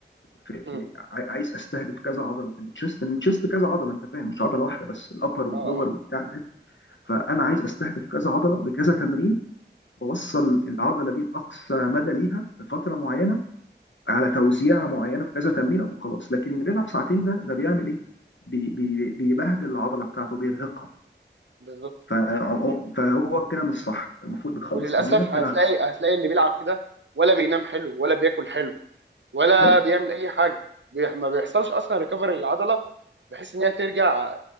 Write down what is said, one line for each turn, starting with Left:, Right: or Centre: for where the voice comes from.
Left: في, في
Right: مم.
Left: عاي- عايز استهدف كذا عضله في التشيست لان التشيست كذا عضله انت فاهم مش عضله واحده بس الابر واللور
Right: اه اه
Left: وبتاع ده. فانا عايز استهدف كذا عضله بكذا تمرين واوصل العضله دي لاقصى مدى ليها بفتره معينه على توزيعه معينه بكذا تمرينه وخلاص لكن اللي بيلعب ساعتين ده ده بيعمل ايه؟ بي بي بيبهدل العضله بتاعته بيرهقها
Right: بالظبط
Left: فع- فهو كده مش صح أنت المفروض بتخلص
Right: وللاسف
Left: تمرينك تلعب
Right: هتلاقي هتلاقي اللي بيلعب كده ولا بينام حلو ولا بياكل حلو ولا
Left: بالظبط
Right: بيعمل اي حاجه بيح- ما بيحصلش اصلا ريكفري للعضله بحيث ان هي ترجع آه،